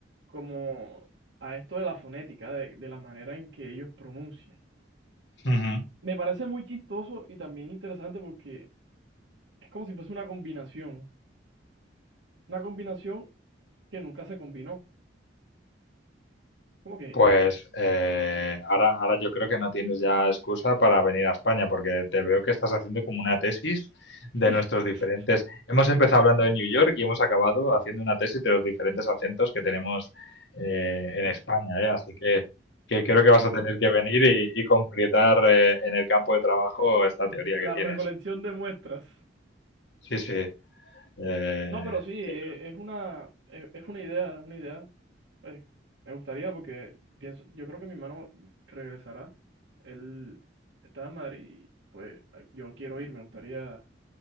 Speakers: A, on the right; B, on the left.
A: como a esto de la fonética, de, de la manera en que ellos pronuncian.
B: ujú.
A: Me parece muy chistoso y también interesante porque es como si fuese una combinación, una combinación que nunca se combinó, como que
B: Pues eh, ahora, ahora yo creo que no tienes ya excusa para venir a España, porque te veo que estás haciendo como una tesis de
A: <laughs>
B: nuestros diferentes... Hemos empezado hablando de New York y hemos acabado haciendo una tesis de los diferentes acentos que tenemos eh, en España, ¿eh? Así que, que creo que vas a tener que venir y, y completar eh, en el campo de trabajo esta teoría
A: la
B: que tienes.
A: recolección de muestras.
B: Sí, sí. eh,
A: No, pero sí, eh,
B: yo creo.
A: es una, eh, es una idea, es una idea. Pues, me gustaría porque pienso, yo creo que mi hermano regresará. Él está en Madrid y pues yo quiero ir, me gustaría,